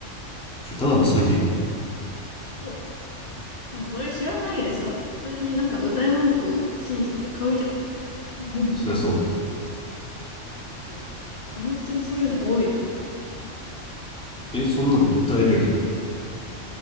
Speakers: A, in the centre; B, on the left.
A: それただの詐欺やん。
B: そう。でもそれ知らないでさ、普通になんか歌い文句信じて買うじゃん。<laughs>
A: そりゃそう
B: そう。本当にそういうの多いから、
A: だ。え、そんなの訴えれるじゃん。
B: 私は、